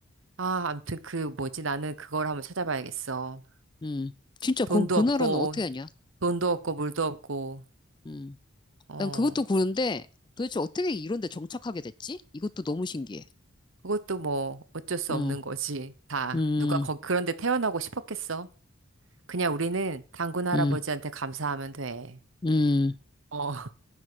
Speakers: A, on the right; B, on the left.
A: 아, 암튼 그 뭐지? 나는 그걸 한번 찾아봐야겠어.
B: 음. 진짜
A: 돈도
B: 그, 그
A: 없고,
B: 나라는 어떻게 하냐?
A: 돈도 없고, 물도 없고,
B: 음.
A: 어,
B: 난 그것도 그런데 도대체 어떻게 이런 데 정착하게 됐지? 이것도 너무 신기해.
A: 그것도 뭐 어쩔 수
B: 음.
A: 없는 거지. 다.
B: 음.
A: 누가 거, 그런데 태어나고 싶었겠어? 그냥 우리는 단군 할아버지한테
B: 음.
A: 감사하면 돼.
B: 음.
A: 어.